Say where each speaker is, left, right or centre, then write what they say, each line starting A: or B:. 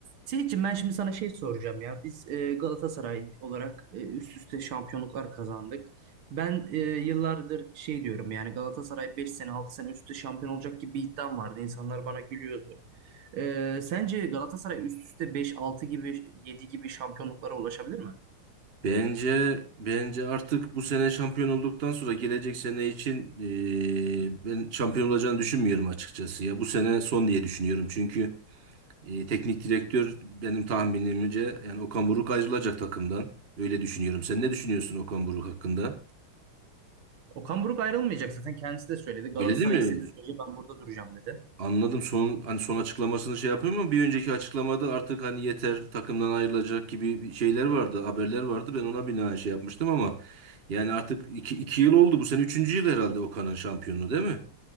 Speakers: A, on the right; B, on the right.
A: Seyitciğim ben şimdi sana şey soracağım ya. Biz e, Galatasaray olarak e, üst üste şampiyonluklar kazandık. Ben e, yıllardır şey diyorum yani Galatasaray 5 sene 6 sene üst üste şampiyon olacak gibi bir iddiam vardı. İnsanlar bana gülüyordu. E, sence Galatasaray üst üste 5, 6 gibi 7 gibi şampiyonluklara ulaşabilir mi?
B: Bence bence artık bu sene şampiyon olduktan sonra gelecek sene için e, ben şampiyon olacağını düşünmüyorum açıkçası ya. Bu sene son diye düşünüyorum. Çünkü e, teknik direktör benim tahminimce yani Okan Buruk ayrılacak takımdan. Öyle düşünüyorum. Sen ne düşünüyorsun Okan Buruk hakkında?
A: Okan Buruk ayrılmayacak zaten kendisi de söyledi. Galatasaray
B: Öyle değil mi?
A: istediği sürece ben burada duracağım dedi.
B: Anladım. Son hani son açıklamasını şey yapıyor mu? Bir önceki açıklamada artık hani yeter takımdan ayrılacak gibi bir şeyler vardı, haberler vardı. Ben ona binaen şey yapmıştım ama yani artık iki, iki yıl oldu. Bu sene üçüncü yıl herhalde Okan'ın şampiyonluğu değil mi?